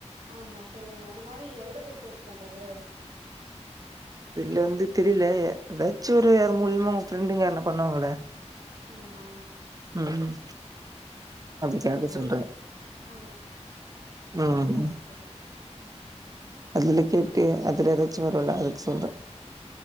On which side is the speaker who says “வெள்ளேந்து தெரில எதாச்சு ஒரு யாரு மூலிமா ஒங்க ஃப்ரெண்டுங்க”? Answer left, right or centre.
Right